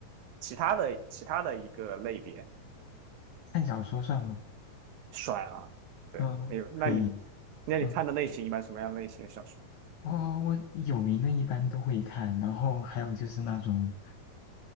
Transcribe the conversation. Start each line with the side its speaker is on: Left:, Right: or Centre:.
Right: 其他的其他的一个类别
Left: 看小说算吗？
Right: 算啊。对，
Left: 嗯，
Right: 没有，那你
Left: 可以。
Right: 那你看的类型一般什么样类型的小说
Left: 嗯，哦，我有名的一般都会看，然后还有就是那种。